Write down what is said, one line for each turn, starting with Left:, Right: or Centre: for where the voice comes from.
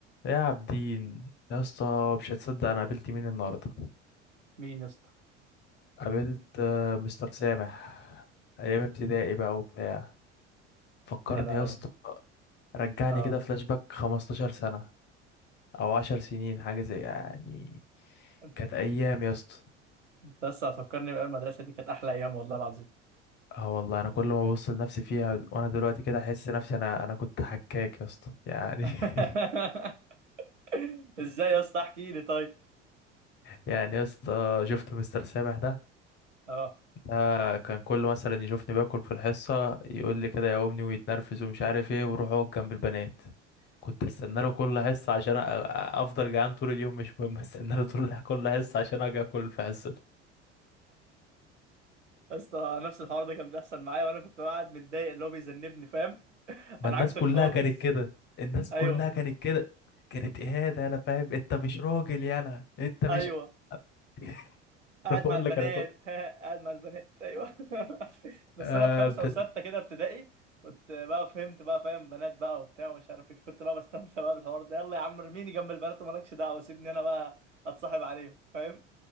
Left: يا عابدين يا اسطى مش هتصدق انا قابلت مين النهارده
Right: مين يا اسطى
Left: قابلت آه، مستر سامح ايام ابتدائي بقى وبتاع فكرني
Right: يا لهوي
Left: يا اسطى رجعني
Right: اه
Left: كده فلاش باك 15 سنه او 10 سنين حاجه زي يعني
Right: انت
Left: كانت ايام يا اسطى
Right: أنت لسه هتفكرني بقى المدرسه دي كانت احلى ايام والله العظيم
Left: اه والله انا كل ما ببص لنفسي فيها وانا دلوقتي كده احس نفسي انا انا كنت حكاك يا اسطى يعني
Right: <laughs>
Left: <laughs>
Right: ازاي يا اسطى احكي لي طيب
Left: يعني يا اسطى شفت مستر سامح ده
Right: اه <laughs>
Left: آه كان كل مثلا يشوفني باكل في الحصة يقول لي كده يا أمي ويتنرفز ومش عارف ايه ويروح اقعد جنب البنات كنت استنى له كل حصة عشان أ- أ- افضل جعان طول اليوم مش مهم استنى له طول <laughs> كل حصة عشان اجي اكل في حصته
Right: يا اسطى نفس الحوار ده كان بيحصل معايا وانا كنت قاعد متضايق اللي هو بيذنبني فاهم
Left: ما
Right: انا
Left: الناس
Right: عكسك
Left: كلها
Right: خالص
Left: كانت كده الناس
Right: ايوه
Left: كلها كانت كده كانت اهانة انا فاهم انت مش راجل يالا انت مش
Right: ايوه
Left: <laughs>
Right: قاعد
Left: انا بقول
Right: مع البنات
Left: لك انا كنت
Right: <laughs> ها قاعد مع البنات ايوه <laughs> بس
Left: آه,
Right: انا في خمسه
Left: ب...
Right: وسته كده ابتدائي كنت بقى فهمت بقى فاهم بنات بقى وبتاع ومش عارف ايه كنت بقى بستمتع بقى بالحوار ده يلا يا عم ارميني جنب البنات ومالكش دعوه سيبني انا بقى اتصاحب عليهم فاهم